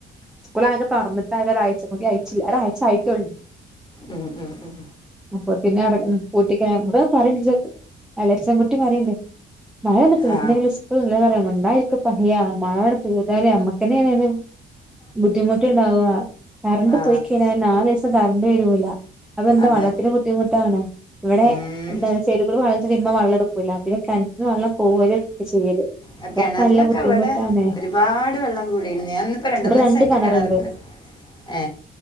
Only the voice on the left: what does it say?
ഉം ഉം ഉം
ആ
ആ
അതെ
ഉം
ആ
കിണറിലൊക്കെ
ഇവിടെ ഒരുപാട് വെള്ളം കൂടിയിരുന്നു ഞാൻ ഇന്നിപ്പോ
മൂന്ന്
ദിവസമായിട്ട്
കിണർക്ക് ഏ